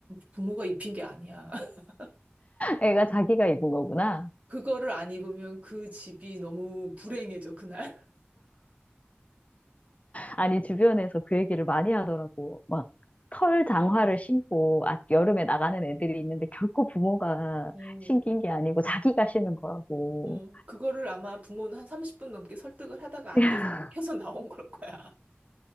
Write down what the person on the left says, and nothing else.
애가 자기가 입은 거구나.
아니, 주변에서 그 얘기를 많이 하더라고. 막, 털 장화를 신고, 아, 여름에 나가는 애들이 있는데, 결코 부모가
신긴 게 아니고, 자기가 신은 거라고.
<laughs>